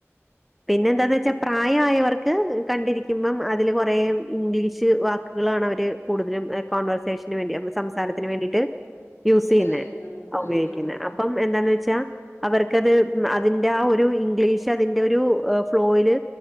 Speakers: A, in the centre; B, on the left.
A: പിന്നെ എന്താന്ന് വെച്ചാ പ്രായായവർക്ക് കണ്ടിരിക്കുമ്പം അതില് കുറെ ഇംഗ്ലീഷ് വാക്കുക ള്ളാണ് അവര് കൂടുതലും കോൺവെർസേഷന് വേണ്ടി സംസാരത്തിന് വേണ്ടിട്ട് യൂസ്
B: ഉപയോഗിക്കുന്നത്
A: ചെയ്യുന്നെ ഉപയോഗിക്കുന്നെ
B: ആഹ് ഹാ ഹാ
A: അപ്പം എന്താന്ന് വെച്ച ച്ചാ അവർക്കത് ഉം അതിന്റെ ആ ഒരു ഇംഗ്ലീഷ് അതിന്റെ ഒരു ഫ്ലോയില്